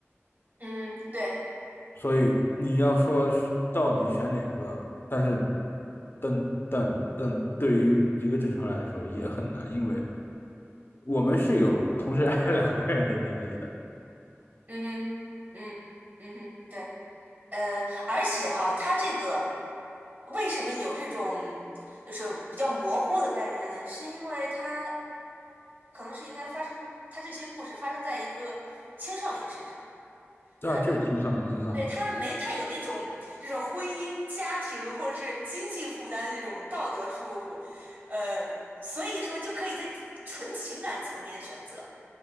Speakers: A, on the right (about 45°); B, on the left (about 50°).
A: 嗯，对，
B: 所以你要说到底选哪个，但是，等等等，对于一个正常来说也很难，因为我们是有同时爱两个人的能力的，
A: 嗯哼，嗯，嗯哼，对。呃，而且哈，它这个为什么有这种就是比较模糊的概念呢？是因为它可能是应该发生，它这些故事发生在一个青少年身上。
B: 这就是青少年身上嘛。
A: 呃，对，他没太有那种这种婚姻、家庭或者是经济负担的这种道德束缚，呃，所以说就可以在纯情感层面选择，